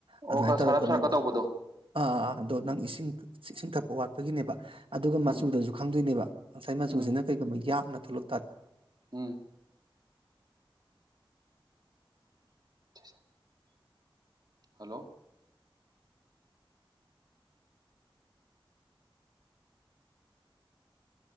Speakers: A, on the right (about 75°); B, on the right (about 50°).
A: ꯑꯗꯨꯃꯥꯏꯅ
B: ꯑꯣ ꯈ
A: ꯇꯧꯔꯛꯀꯅꯦꯕ
B: ꯁꯔꯞ ꯁꯔꯞ ꯀ ꯇꯕꯗꯣ꯫
A: ꯑꯥ ꯑꯗꯣ ꯅꯪ ꯏꯁꯤꯡ ꯏꯁꯤꯡ ꯊꯛꯄ ꯋꯥꯠꯄꯒꯤꯅꯦꯕ ꯑꯗꯨꯒ
B: ꯎꯝ
A: ꯃꯆꯨꯗꯁꯨ ꯈꯪꯗꯣꯏꯅꯦꯕ ꯉꯁꯥꯏ ꯃꯆꯨꯁꯤꯅ
B: ꯎꯝ
A: ꯀꯩꯒꯨꯝꯕ ꯌꯥꯛꯅ ꯊꯣꯛꯂꯛ ꯇꯥ
B: ꯎꯝ꯫ <inaudible> ꯍꯜꯂꯣ!